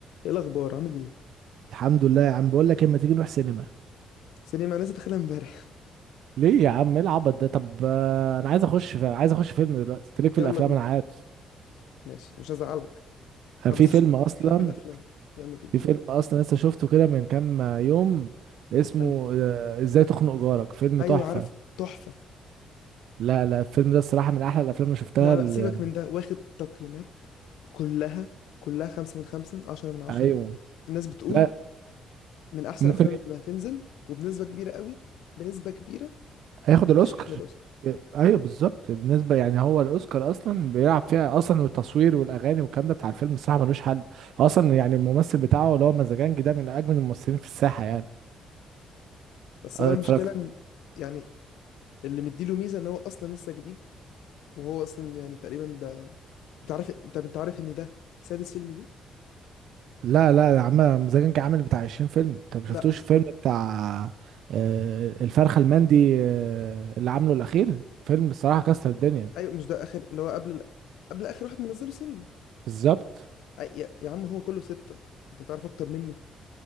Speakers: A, on the left; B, on the right.
A: ايه الاخبار عامل ايه
B: الحمد لله يا عم بقول لك اما تيجي نروح سينما
A: سليم انا لسه داخلها امبارح
B: ليه يا عم ايه العبط ده طب آه، انا عايز اخش في... عايز اخش فيلم دلوقتي انت ليك في
A: يلا
B: الافلام
A: بينا
B: انا عارف
A: ماشي مش هزعلك
B: انا
A: انا
B: في
A: بس
B: فيلم
A: عشان
B: اصلا
A: بحب الافلام يلا بينا
B: في فيلم اصلا لسه شفته كده من كام يوم اسمه
A: انهي
B: آه، ازاي تخنق جارك فيلم
A: ايوه
B: تحفة
A: عارف تحفه
B: لا لا الفيلم ده الصراحة من احلى الافلام اللي شفتها
A: لا
B: ال...
A: لا سيبك من ده واخد تقييمات كلها كلها خمسة من خمسة عشرة من عشرة
B: ايوه
A: الناس بتقول
B: لا
A: من أحسن
B: ممكن
A: الأفلام اللي هتنزل وبنسبة كبيرة قوي بنسبة كبيرة
B: هياخد الاوسكار
A: ترشح للأوسكار
B: ايوه بالظبط بالنسبه يعني هو الاوسكار اصلا بيلعب فيها اصلا التصوير والاغاني والكلام ده بتاع الفيلم الصراحه ملوش حل اصلا يعني الممثل بتاعه اللي هو مزاجنجي ده من اجمل الممثلين في الساحه يعني
A: بس
B: أه،
A: هو المشكلة
B: اتفرجت
A: إن يعني اللي مديله ميزة إن هو أصلا لسه جديد وهو أصلا يعني تقريبا ده أنت عارف أنت أنت عارف إن ده سادس فيلم ليه؟
B: لا لا عمل مزاجنجي عامل بتاع 20 فيلم انت ما شفتوش
A: لا
B: الفيلم بتاع آه، الفرخه المندي آه، اللي عامله الاخير فيلم الصراحه كسر الدنيا
A: ايوه مش ده اخر اللي هو قبل ال- قبل اخر واحد منزله سينما
B: بالظبط
A: أي... يا... يا عم هو كله ستة انت تعرف اكتر مني